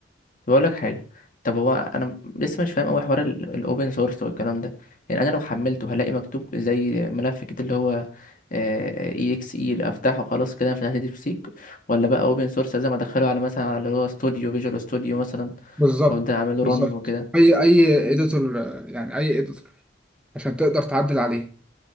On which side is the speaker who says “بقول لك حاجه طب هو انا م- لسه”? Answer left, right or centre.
Left